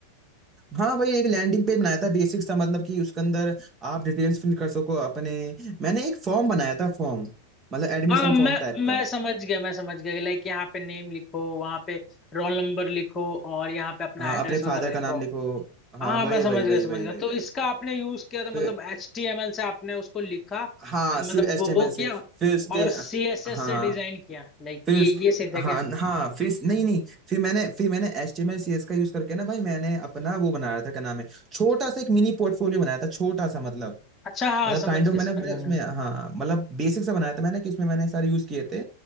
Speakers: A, on the right; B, on the left.
A: हाँ भाई एक लैंडिंग पेज बनाया था बेसिक सा मतलब कि उसके अंदर आप डिटेल्स फिल कर सको अपने मैंने एक फॉर्म बनाया था फॉर्म मतलब एडमिशन
B: हाँ मैं
A: फॉर्म टाइप
B: मैं
A: का
B: समझ गया मैं समझ गया लाइक यहाँ पे नेम लिखो वहाँ पे रोल नंबर लिखो और यहाँ पे अपना
A: हाँ
B: एड्रेस
A: अपने
B: वगैरह
A: फादर का
B: लिखो
A: नाम लिखो हाँ
B: हाँ हाँ,
A: वही
B: मैं समझ
A: वही वही
B: गया समझ
A: वही
B: गया
A: वही
B: तो
A: वही
B: इसका आपने यूज किया था मतलब
A: फिर
B: एच टी एम एल से आपने उसको लिखा
A: हाँ
B: मतलब
A: सिर्फ एचटीएमएल
B: वो, वो
A: से
B: किया
A: फिर उसके
B: और सी एस एस
A: हाँ
B: से डिजाइन किया लाइक
A: फिर
B: ये
A: उस
B: ये सही था
A: हाँ
B: क्या
A: हाँ फिर इस- नहीं नहीं फिर मैंने फिर मैंने एचटीएमएल सीएस का यूज करके ना भाई मैंने अपना वो बनाया था क्या नाम है छोटा सा एक मिनी पोर्टफोलियो बनाया था छोटा सा मतलब
B: अच्छा हाँ
A: मतलब
B: समझ
A: काइंड
B: गया
A: ऑफ मैंने
B: समझ
A: मैंने
B: गया
A: उसमें
B: मैं
A: हाँ मतलब बेसिक सा बनाया था मैंने कि उसमें मैंने सारे यूज किए थे